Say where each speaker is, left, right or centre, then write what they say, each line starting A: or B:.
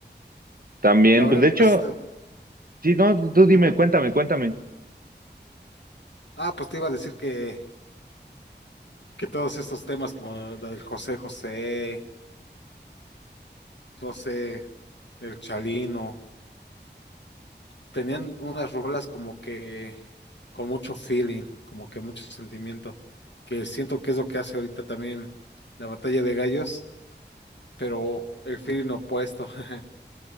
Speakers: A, on the right (about 50°); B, on the left (about 80°).
A: también,
B: La verdad
A: pues de hecho,
B: es...
A: sí, no, tú dime,
B: Ujú.
A: cuéntame, cuéntame.
B: Ah, pues te iba a decir que, que todos estos temas como la del José José, no sé, el Chalino, tenían unas rolas como que con mucho feeling, como que mucho sentimiento, que siento que es lo que hace ahorita también la batalla de gallos, pero el feeling opuesto, <laughs>